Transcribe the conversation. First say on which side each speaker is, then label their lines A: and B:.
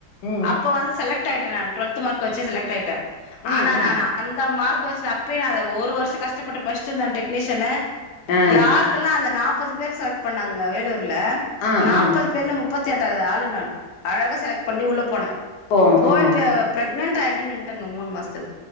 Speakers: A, on the left; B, on the left.
A: ம்
B: அப் ப வந்து செலக்ட் ஆயிட்டே நானு டுவெல்த் மார்க்க வச்சு செலக்ட் ஆயிட்டே
A: ம்
B: ஆனா
A: ம்
B: நானு அந்த மார்க் வெச்சு அப்பே நா ஒரு வர்ஷொ கஷ்டப்பட்டு பட்ச்ட் இருந்தே டெக்னீஷியனு
A: ஆ
B: யாருக்கெல்லா அந்த நாப் பது பேர் செலக்ட் பண்ணாங்க வேலூர்ல
A: ஆ
B: நாப்பது
A: ஆ
B: பேர்ல முப்பத்தெட்டாவது ஆளு நானு அழகா செலக்ட் பண்ணி உள்ள போனே
A: போ ஆ
B: போய்ட்டு பிரக்னன்ட் ஆயிட்டன் நின்டங்க மூனு மாசத்துல